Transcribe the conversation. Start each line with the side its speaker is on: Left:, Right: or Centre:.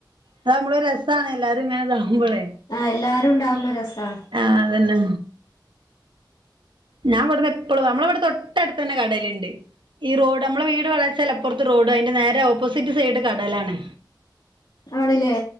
Right: അതാവുമ്പള് ഒരു രസ്സാണ് എല്ലാരും ഇങ്ങനെ ഇതാവുമ്പളെ
Left: ആഹ് എല്ലാരും ഇണ്ടാവുമ്പൊ രസാ
Right: ആഹ് അതെന്നെ ഞാൻ ഇവിടുന്ന് എപ്പളും ഞമ്മളെവടെ തൊട്ടട്ത്തെന്നെ കടല്ണ്ട് ഈ റോഡ് ഞമ്മള് വീട് വളച്ചലപ്പറത് റോഡ് അയിന്റെ നേരെ ഓപ്പോസിറ്റ് സൈഡ് കടലാണ്
Left: ആണ്ല്ലേ